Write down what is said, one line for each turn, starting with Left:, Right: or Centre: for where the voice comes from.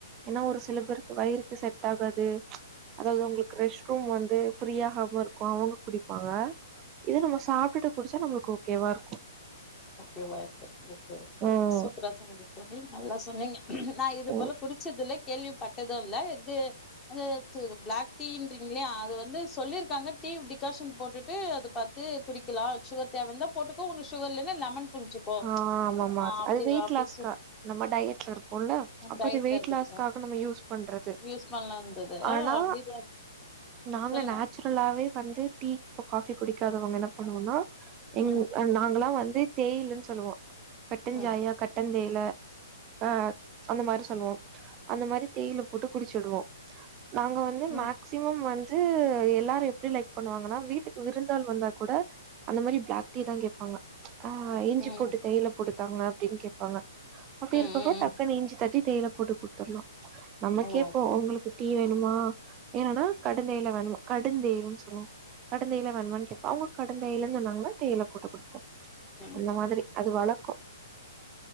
Right: ஏன்னா ஒரு சில பேருக்கு வயிருக்கு செட் ஆகாது அதாவது உங்களுக்கு ரெஷ்ட் ரூம் வந்து ஃப்ரீயாகாம இருக்கு அவங்க குடிப்பாங்க இத நம்ம சாப்டுட்டு குடிச்சா நம்மளுக்கு ஓகே வா இருக்
Left: ஓகே வா இருக்கு ஓகே ஓகே
Right: ம்
Left: ஓகே சூப்பரா சொன்னிங்க தோழி நல்லா சொன்னீங்க நா இது
Right: ம்
Left: போல குடிச்சதுல்ல கேள்விப்பட்டது இல்ல இது இது பிளாக் டீன்ரிங்களே அது வந்து சொல்லிருக்காங்க டீ டிகாஷன் போட்டுட்டு அத பாத்து குடிக்கலா சுகர் தேவ இருந்தா போட்டுக்கோ ஒன்னு சுகர் இல்லன்னா லெமன் புழிஞ்சுக்கோ
Right: ஆஹ் ஆமா ஆமா
Left: ஆ அப்டி
Right: அது வெயிட்
Left: அப்டி
Right: லாஸ்க்க
Left: சொ
Right: நம்ம டயட்ல இருப்போல்ல அப்ப
Left: டயட்ல
Right: அது வெயிட்
Left: இருக்குதுங்க
Right: லாஸ்க்காக நம்ம யூஸ் பண்றது
Left: யூஸ் பண்ணலா இருந்தது
Right: ஆனா
Left: அப்டி
Right: நாங்க
Left: சொல்லுங்க
Right: நேச்சுரலாவே வந்து டீ இப்ப காஃபி குடிக்காதவங்க என்ன பண்ணுவனா எங்
Left: ம்
Right: நாங்கலா வந் தி தேயிலன் சொ சொல்லுவோம் கட்டஞ்சாயா
Left: ம்
Right: கட்டன் தேயில க அந்த மாரி சொல்லுவோம் அந்த மாரி தேயில போட்டு குடிச்சிடுவோம் நாங்க வந்து
Left: ம்
Right: மேக்சிமம் வந் து எல்லாரு எப்படி லைக் பண்ணுவாங்கனா வீட்டுக்கு விருந்தால் வந்தா கூட அந்த மாரி ப்ளாக் டீ தா கேப்பாங்க அஹ்
Left: ம்
Right: போட்டு தேயில போட்டுதாங்க ப்டின்னு கேப்பாங்க அப்டி
Left: ம்
Right: இருக்கப்ப
Left: ம் ம்
Right: டக்குனு இஞ்சி தட்டி தேயில குடு குடுத்தர்லா நமக்கே
Left: ஓ
Right: இப்ப
Left: ஓகே
Right: உங்களுக்கு டீ வேணுமா என்னன்னா கடுந்தேயில வேனுமா கடுந்தேயிலன் சொல்லுவோ கடுந்தேயில வேணுமான் கேப்போ அவங்க கடுந்தேயிலன் சொன்னாங்கன்னா தேயில போட்டு கொடுப்போம்
Left: ம்
Right: அந்த மாத்ரி வழக்கோ